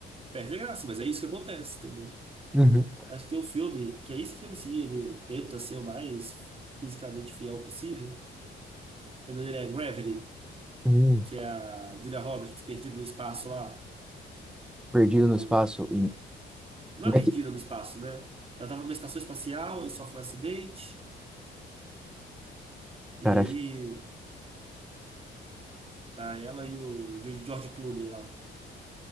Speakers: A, on the right (about 30°); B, in the centre.
A: perde a graça, mas é isso que acontece, entendeu?
B: Uhum.
A: Acho que tem um filme, que é esse filme sim, ele tenta ser o mais fisicamente fiel possível. O nome dele é Gravity,
B: Uhum.
A: que é a Julia Roberts perdida no espaço lá,
B: Perdido
A: ou.
B: no espaço. em-
A: Não
B: não
A: é perdida
B: é que-
A: no espaço, né? Ela tava numa estação espacial e sofre um acidente. E
B: Cara,
A: aí
B: acho-
A: Tá, ela e o George Clooney lá.